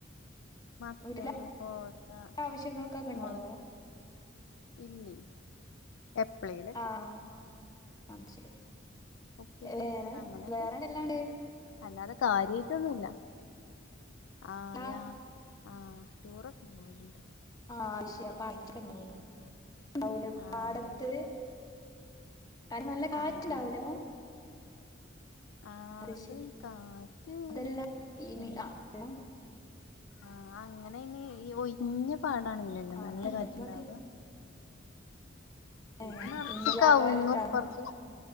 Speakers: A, on the left (about 75°); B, on the left (about 20°).
A: മത്തന്,
B: വീട്ടിലെ
A: കോവക്ക,
B: ആവശ്യങ്ങൾക്കൊക്കെ
A: മൊളക്
B: ഉണ്ടാവോ
A: ഇല്ലേ എപ്പളേലും
B: ആഹ് അത് ശരി
A: ഉപ്പേരിക്കാറ്
B: വേറെ
A: അങ്ങനെയൊക്കെ
B: വേറെ എന്തെല്ലാണ്ട്
A: അല്ലാതെ കാര്യായ്ട്ടൊന്നുല്ല ആഹ്
B: ആ
A: യാ ആഹ് ടൂറൊക്ക പോവല്ണ്ട്
B: ആഹ് അത് ശരി അപ്പ അട്ക്കണ്ടാവല്ലൊ ഇണ്ടാവൂലെ
A: ആഹ്
B: പാടത്ത് ആടെ നല്ല കാറ്റ്
A: ആഹ്
B: ഇണ്ടാവുലേ
A: ആഹ്
B: അപ്പോ
A: ആഹ്
B: അത് ശരി
A: കാറ്റ്
B: അതെല്ലാ ഇനി
A: എന്ത്
B: ആഹ് <unintelligible>
A: ആഹ് അങ്ങനയിന് ഈ ഒയ്ഞ്ഞ പാടാണെങ്കിലല്ലേ
B: ആ
A: നല്ല
B: അതൊക്കെ
A: കാറ്റ് ഇണ്ടാവാ
B: മതിയല്ലോ ഏ
A: ഇത് നറച്ച്
B: ഇന്ന്
A: കവുങ്ങും
B: യാത്ര ഇഷ്ടാ
A: ഇപ്പർത്ത്